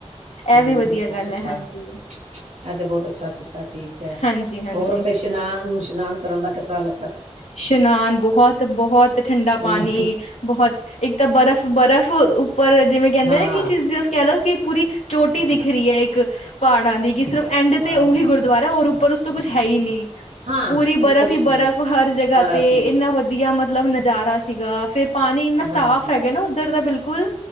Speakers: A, on the right; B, on the left.
A: ਹੂੰ
B: ਇਹ ਵੀ ਵਧੀਆ
A: ਬਹੁਤ
B: ਗੱਲ
A: ਅੱਛਾ
B: ਹੈ ਹਾਂਜੀ।
A: <inaudible> ਇਹ ਤੇ ਬਹੁਤ ਅੱਛਾ ਕੀਤਾ ਠੀਕ ਹੈ
B: ਹਾਂਜੀ-ਹਾਂਜੀ
A: ਹੋਰ ਉਥੇ ਇਸ਼ਨਾਨ ਵਿਸ਼ਨਾਨ ਕਰਨ ਦਾ ਕਿਸ ਤਰ੍ਹਾਂ ਲੱਗ।
B: ਇਸ਼ਨਾਨ ਬਹੁਤ-ਬਹੁਤ ਠੰਡਾ
A: ਹੂੰ
B: ਪਾਣੀ ਬਹੁਤ ਇੱਕ ਤਾਂ ਬਰਫ਼ ਬਰਫ਼ ਉਪਰ ਜਿਵੇਂ ਕਹਿੰਦੇ
A: ਹਾਂ
B: ਨਾ ਕਿ ਚੀਜ਼ ਕਹਿ ਲਓ ਕਿ ਪੂਰੀ ਚੋਟੀ ਦਿੱਖ ਰਹੀ ਹੈ ਇੱਕ ਪਹਾੜਾਂ ਦੀ ਕਿ ਸਿਰਫ ਐਂਡ
A: ਹਾਂ
B: ਤੇ ਉਹੀ ਗੁਰਦੁਆਰਾ ਔਰ ਉਪਰ ਉਸ ਤੋਂ ਕੁਛ ਹੈ ਹੀ ਨੀ
A: ਹਾਂ
B: ਪੂਰੀ
A: ਉਹ
B: ਬਰਫ਼
A: ਤਾਂ ਕੁਛ
B: ਹੀ ਬਰਫ਼
A: ਨੀ ਹੈ,
B: ਹਰ ਜਗ੍ਹਾ
A: ਬਰਫ਼
B: ਤੇ
A: ਹੀ
B: ਇੰਨਾ
A: ਹੈ
B: ਵਧੀਆ ਮਤਲਬ ਨਜ਼ਾਰਾ ਸੀਗਾ ਫਿਰ ਪਾਣੀ ਇੰਨਾ
A: ਹਾਂਜੀ
B: ਸਾਫ਼ ਹੈਗਾ ਨਾ ਉਧਰ ਦਾ ਬਿਲਕੁਲ